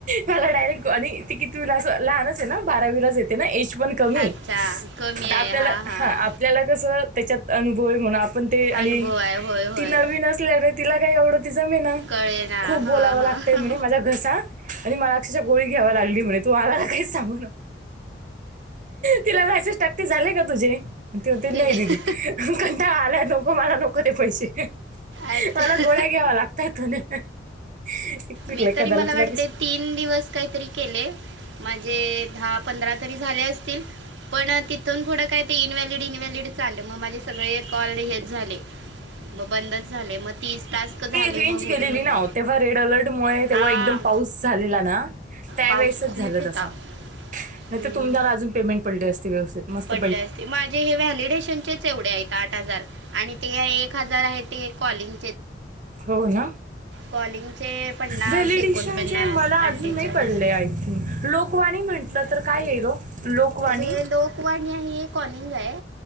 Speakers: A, on the right (about 45°); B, on the right (about 80°).
A: मला डायरेक्ट आणि ती कितवी ला लहानच आहे ना बारावीलाच ये. एज पण कमी
B: अच्छा कमी आहे
A: आपल्याला
B: हा हा
A: ह आपल्याला कस. त्याच्यात अनुभव आहे म्हणून पण ते आणि
B: अनुभव आहे होय होय
A: ती नवीन असल्याने तिला काही आवड त जमे ना
B: कळे ना
A: खूप
B: हां
A: बोलावं
B: हां
A: लागत. म्ह माझ्या घरसा आणि मला गोळी घ्यायला लागली म्हणे तू मला काहीच सांगू नको. तिला टाकते झाले का तुझे? ते म्हणते
B: तुझे
A: नाही दिदी. कंटाळा आलाय नको मला नको ते पैसे.
B: अच्छा
A: मला गोळ्या घ्यावा लागतायत म्हणे. <unintelligible>
B: मी तरी मला वाटते तीन दिवस काहीतरी केले. माझे दहा पंधरा तरी झाले असतील. पण तिथून पुडं काय ते इनव्हलिड इनव्हॅलिड च आले. मग माझे सगळे कॉल हेच झाले.
A: हम.
B: मग बंदच. झाले मग तीस टास्क झाले.
A: रेंज
B: मग होऊ
A: गेलेली
B: दे म्हटल.
A: ना हो, तेव्हा रेड अलर्टमुळे तेव्हा
B: हा.
A: एकदम पाऊस झालेला ना त्यावेळेसच
B: पाऊस खूप
A: झालं
B: होता.
A: तसा नाही
B: हम्म
A: तर तुम्हाला अजून पेमेंट पडले असते व्यवस्थित मस्त
B: पडले असते माझ्या हे वॅलिडेशन चेच एवढे आहेत आठ हजार आणि ते आहे एक हजार आहे ते कॉलिंग
A: हो ना.
B: कॉलिंगचे पन्नास
A: व्हलिडिशन
B: एकोणपन्नास
A: मला
B: अठ्ठेचाळीस
A: अजून नाही पडले आय थिंक. लोकवाणी म्हण म्हलं तर काय येईल ओ लोकवाणी
B: ते लोकवाणी ही एक कॉलिंग आहे.